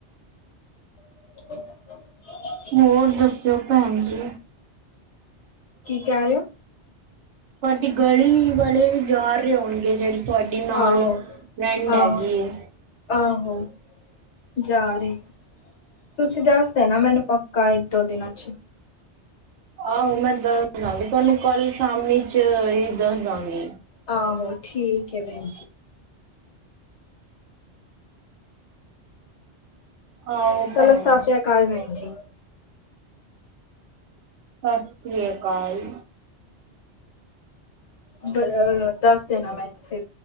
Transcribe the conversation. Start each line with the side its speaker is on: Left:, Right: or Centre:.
Left: <inaudible>
Right: ਹੋਰ ਦੱਸੇਓ ਭੈਨ ਜੀ।
Left: ਕੀ ਕੈ ਰੇ ਓਂ?
Right: ਤੁਆਡੀ ਗਲੀ ਵਾਲੇ ਵੀ ਜਾ ਰਏ ਹੋਨਗੇ ਜੇੜੇ ਥੁਆਡੀ ਨਾਲ
Left: ਆਹੋ
Right: ਫਰੈਂਡ
Left: ਆਹੋ
Right: ਹੈਗੀ ਏ।
Left: ਆਹੋ ਜਾ ਰੇ ਤੁਸੀਂ ਦੱਸ ਦੇਨਾ ਮੈਨੂੰ ਪੱਕਾ ਇੱਕ ਦੋ ਦਿਨਾਂ ਚ
Right: ਆਹੋ, ਮੈਂ ਦੱਸਦਾਂਗੀ ਤੁਆਨੂੰ ਕੱਲ ਸ਼ਾਮੀ ਚ ਈ ਦੱਸਦਾਂਗੀ।
Left: ਆਹੋ, ਠੀਕ ਏ ਭੈਨ ਜੀ।
Right: ਆਹੋ
Left: ਚਲੋ
Right: ਭੈਣ
Left: ਸਸਰੀਆ ਕਾਲ ਬੈਨ ਜੀ।
Right: ਸਸ ਰੀਆ ਕਾਲ।
Left: ਅ ਦੱਸ ਦੇਨਾ ਮੈਨੂੰ ਫੇਰ।